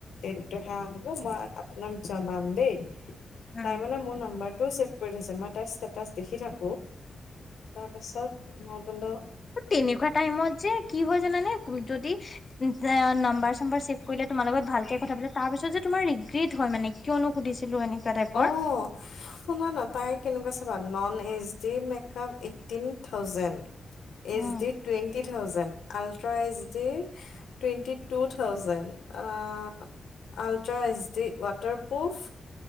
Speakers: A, on the left; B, on the left.
A: দেট ধৰা হ'ব মই আপোনাক জনাম দেই।
B: উম
A: তাই মানে মোৰ নাম্বাৰটোও ছেভ কৰি থৈছে মই তাইৰ ষ্টেটাছ দেখি থাকো তাৰপাছত মই কলো
B: তেনেকোৱা টাইমত যে কি হয় জানানে যদি এ নম্বাৰ চম্বাৰ চছেভ কৰিলে তোমাৰ লগত ভালকে কথা পলে তাৰ পিছত যে তোমাৰ ৰিগ্ৰেট হয় মানে কিয়নো সুধিছিলো এনেকোৱা টাইপৰ
A: অ শুনা না তাই কেনেকোৱা চাবা, non H D makeup eighteen thousand H
B: um
A: D twenty thousand ultra H D twenty two thousand আ ultra H D waterproof